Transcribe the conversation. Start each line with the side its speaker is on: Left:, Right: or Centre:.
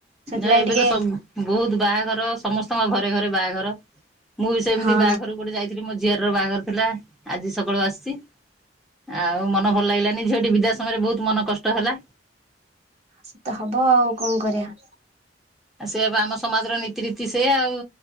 Right: ସେଥିଲାଗି
Centre: ନାଇଁ ଏବେ
Right: ଟିକେ
Centre: ତ ସବୁ ବହୁତ ବାହାଘର ସମସ୍ତଙ୍କ ଘରେ ଘରେ ବାହାଘର ମୁଁ ବି ସେମିତି
Right: ହଁ
Centre: ବାହାଘରକୁ ଗୋଟେ ଯାଇଥିଲି, ମୋ ଝିଆରୀର ବାହାଘର ଥିଲା ଆଜି ସକାଳୁ ଆସିଚି ଆଉ ମନ ଭଲ ଲାଗିଲାନି ଝିଅଟି ବିଦା ସମୟରେ ବହୁତ ମନ କଷ୍ଟ ହେଲା
Right: ସେ ତ ହବ ଆଉ କଣ କରିବା।
Centre: ଆ ସେ ବା ଆମ ସମାଜର ନୀତିରୀତି ସେଇଆ ଆଉ